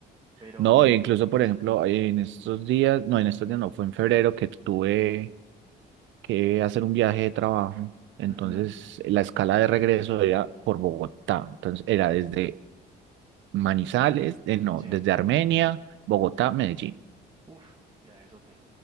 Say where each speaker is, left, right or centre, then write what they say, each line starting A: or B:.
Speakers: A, on the right; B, on the right.
A: Pero,
B: No,
A: mm,
B: e incluso, por ejemplo,
A: sí.
B: en estos días, no, en estos días no, fue en febrero que tuve que hacer un viaje de trabajo. Entonces,
A: Ujú,
B: la escala de regreso era por Bogotá. Entonces, era desde Manizales, eh, no,
A: sí.
B: desde Armenia, Bogotá, Medellín.
A: Uf, viajezote.